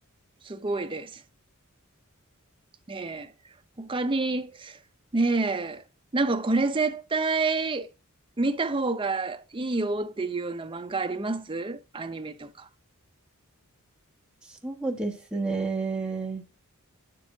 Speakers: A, on the right; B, in the centre.
A: すごいです。ねえ。他に、ねえ、なんかこれ絶対見た方がいいよっていうような漫画ありますアニメとか。
B: そうですね。